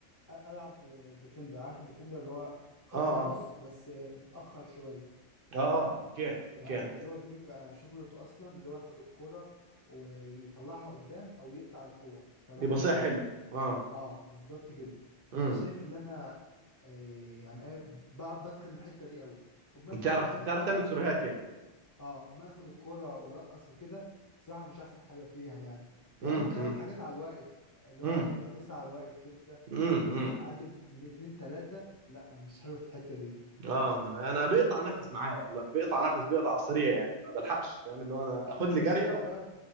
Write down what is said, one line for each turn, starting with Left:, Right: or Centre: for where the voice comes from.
Left: أ- العب ديفندر عارف الديفندر اللي هو خط
Right: اه اه
Left: نص بس آه، متاخر شوية
Right: اه اوكي اوكي
Left: تمام اللي هو دي بيبقى شغلته اصلا اللي هو ياخد الكرة ويطلعها قدام او يقطع الكور فبحب
Right: يبقى صحيح
Left: دي
Right: حلو اه
Left: اه بالظبط كده فانا
Right: امم
Left: شايف ان انا آه يعني ايه ب- بتقن الحتة دي قوي امال
Right: بتعرف
Left: فكرة ان
Right: بتعرف
Left: انا اخد
Right: تعمل سيروهات يعني
Left: اه امال اخد الكرة وارقص وكده بصراحة مش احسن حاجة فيها يعني يعني
Right: امم
Left: ممكن
Right: امم
Left: اعمل حاجات على الواقف اللي
Right: امم
Left: هو ايه ترقص على الواقف كده
Right: امم
Left: امال مثلا اعدي من اتنين تلاتة لا مش حلو في الحتة دي
Right: اه انا بيقطع نفس معايا والله بيقطع نفس بيقطع على السريع يعني ما بلحقش فاهم اللي هو انا
Left: <laughs>
Right: اخد
Left: المشكلة
Right: لي جاريه و...
Left: بقى